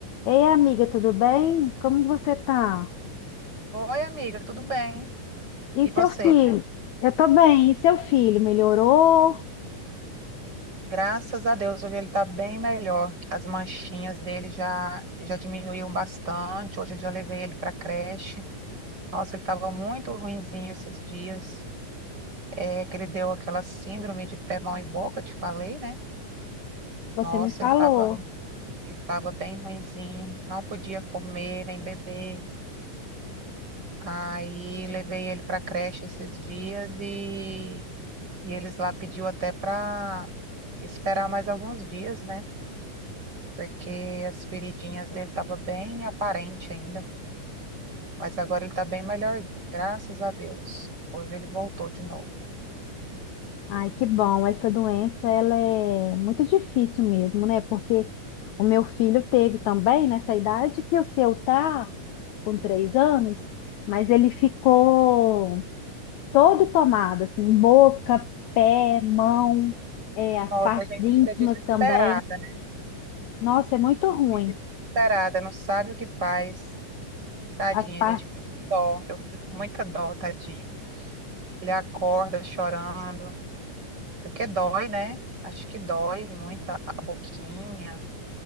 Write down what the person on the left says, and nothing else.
Ei, amiga, tudo bem? Como você tá?
E
seu
Ah, filho? Eu tô bem. E seu filho melhorou?
Você
me falou.
Ai, que bom. Essa doença, ela é muito difícil mesmo, né? Porque o meu filho teve também nessa idade que o seu tá, com três anos, mas ele ficou todo tomado, assim, boca, pé, mão, é, as
partes
íntimas
também.
Nossa, é muito ruim.
As partes